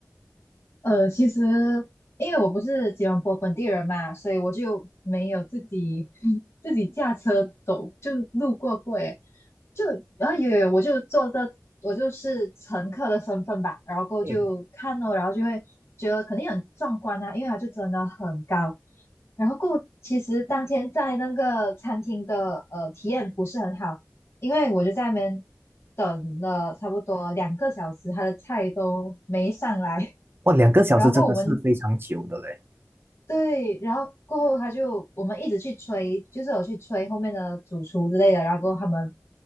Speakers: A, on the left (about 70°); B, on the right (about 45°).
A: 呃，其实因为我不是吉隆坡本地人嘛，所以我就没有自己 <laughs> 自己驾车走，就路过过耶。就然后也我就坐着，我就是乘客的身份吧，然后过后就看哦，
B: 嗯，
A: 然后就会觉得肯定很壮观啊，因为它就真的很高。然后过后其实当天在那个餐厅的呃体验不是很好，因为我就在那边等了差不多两个小时，他的菜都没上来。
B: 哇，两个小时真的是非常久的嘞。
A: 然后过后我们对，然后过后他就我们一直去催，就是有去催后面的主厨之类的，然后过后他们